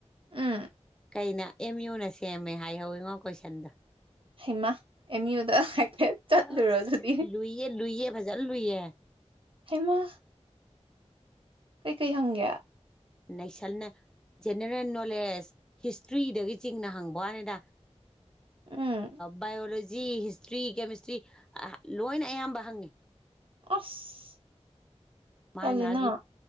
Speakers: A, on the right; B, in the centre.
A: ꯎꯝ
B: ꯀꯩꯅꯣ ꯑꯦꯝ ꯌꯨꯅ ꯁꯦꯝꯃꯦ ꯍꯥꯏꯍꯧꯋꯤꯉꯣ ꯀꯣꯏꯁꯟꯗꯣ
A: ꯍꯩꯃꯥ ꯑꯦꯝ ꯌꯨꯗ ꯍꯥꯏꯐꯦꯠ ꯆꯠꯂꯨꯔꯣ
B: ꯑꯁ
A: ꯑꯗꯨꯗꯤ
B: ꯂꯨꯏꯌꯦ ꯂꯨꯏꯌꯦ ꯐꯖꯅ ꯂꯨꯏꯌꯦ
A: ꯍꯦꯃꯥ ꯀꯩꯀꯩ ꯍꯪꯒꯦ
B: ꯅꯩꯁꯜꯅꯦ ꯖꯦꯅꯦꯔꯦꯜ ꯅꯣꯂꯦꯖ ꯍꯤꯁꯇ꯭ꯔꯤꯗꯒꯤ ꯆꯤꯡꯅ ꯍꯪꯕ ꯋꯥꯅꯤꯗ
A: ꯎꯝ
B: ꯕꯥꯏꯑꯣꯂꯣꯖꯤ ꯍꯤꯁꯇ꯭ꯔꯤ ꯀꯦꯃꯤꯁꯇ꯭ꯔꯤ ꯂꯣꯏꯅ ꯑꯌꯥꯝꯕ ꯍꯪꯉꯦ
A: ꯑꯁ
B: ꯃꯥꯥꯏ
A: ꯇꯜꯂꯤꯅ
B: ꯃꯥꯒꯤ